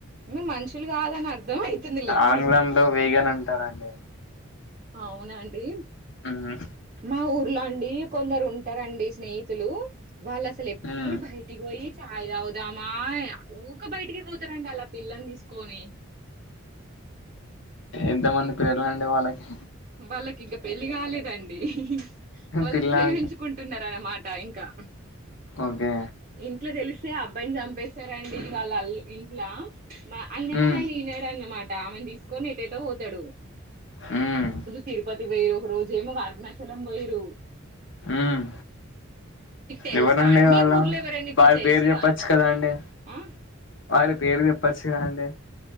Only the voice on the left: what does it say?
ఆంగ్లంలో వేగన్ అంటారండి
మ్మ్
మ్మ్
ఎంతమంది పిల్లలండి వాళ్ళకి
పిల్ల
అంటే
ఓకే
ఉమ్
హ్మ్
మ్మ్
ఎవరండి
వాళ్ళ
వారి
పేరు చెప్పచ్చు కదా అండి
వారి పేరు చెప్ చు కదండి